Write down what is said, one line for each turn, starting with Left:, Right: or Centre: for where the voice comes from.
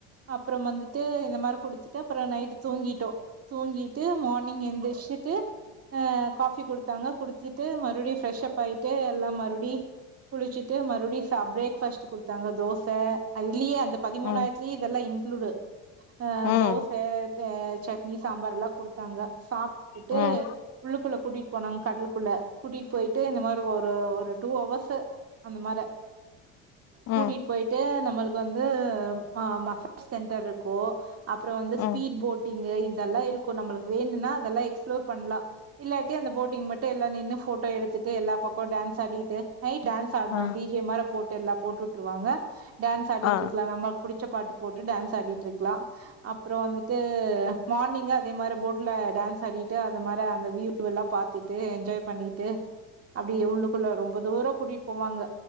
Right: அப்புறம் வந்துட்டு இந்த மார குடுத்துட்டு அப்புற நைட்டு தூங்கிட்டோ தூங்கிட்டு மானிங் எந்திரிச்சுட்டு அ காஃபி குடுத்தாங்க குடுத்துட்டு மறுவுடியு ஃப்ரெஷ் அப் ஆயிட்டு எல்லா மறுவுடி குளிச்சிட்டு மறுவுடி ச பிரேக்ஃபாஸ்ட் குடுத்தாங்க தோச அதுலயே அந்த பதிமூணாயிரத்து
Left: ம்
Right: தி இதெல்லா இன்க்ளூடு அ
Left: ம்
Right: தோச சட்னி சாம்பார்லா குடுத்தாங்க சாப்டுட்டு
Left: ம்
Right: உள்ளுக்குள்ள கூட்டிட் போனாங் கடலுக்குள்ள கூட்டிட் போயிட்டு இந்த மாதிரி ஒரு ஒரு டூ ஹவர்ஸு அந்த மார
Left: ம்
Right: கூட்டிட் போயி து நம்மளுக்கு வந்து ஆ மசாஜ் சென்டர் இருக்கு அப்புற வந்து
Left: ம்
Right: ஸ்பீட் போட் இங்க இதெல்லா இருக்கு நம்மளுக்கு வேணுன்னா அதெல்லா எக்ஸ்பிளோர் பண்லாம் இல்லாட்டி அந்த போட்டிங் மட்டு எல்லா நின்னு ஃபோட்டோ எடுத்துட்டு எல்லா பக்க டான்ஸ் ஆடிட்டு நை டான்ஸ் ஆட்னோ
Left: ஆ
Right: டிஜே மார போட்டு எல்லா போட்டுவுட்டுருவாங்க டான்ஸ் ஆடிட்டுருக்கலா
Left: ஆ
Right: நம்ம புடிச்ச பாட்டு போட்டு டான்ஸ் ஆடிட்டுருக்கலா அப்புற வந்துட்டு மானிங் அதே மார போட்ல டான்ஸ் ஆடிட்டு அத மார அந்த வியூ இவெல்லா பாத்துட்டு என்ஜாய் பண்ணிட்டு அப்டியே உள்ளுக்குள்ள ரொம்ப தூரோ கூட்டி போவாங்க